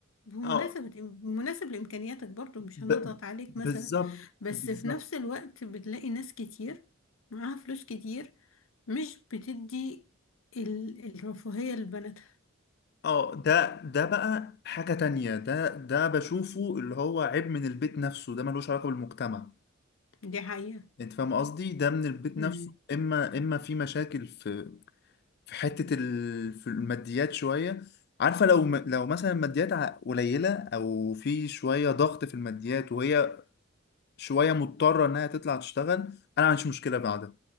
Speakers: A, on the left (about 75°); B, on the left (about 50°).
A: بمناسبة
B: اه
A: مناسب لإمكانياتك برضو مش
B: ب...
A: هنضغط عليك
B: بالظبط
A: مثلا بس
B: بالظبط
A: في نفس الوقت بتلاقي ناس كتير معاها فلوس كتير مش بتدي ال- الرفاهية لبناتها
B: اه ده ده بقى حاجة تانية ده ده بشوفه اللي هو عيب من البيت نفسه ده ملوش علاقة بالمجتمع
A: دي حقيقة
B: انت فاهم قصدي ده من البيت نفسه
A: امم
B: اما اما في مشاكل في في حتة ال... في الماديات شوية عارفة لو م... لو مثلا الماديات ع- قليلة او في شوية ضغط في الماديات وهي شويه مضطره انها تطلع تشتغل انا ما عنديش مشكله بعدها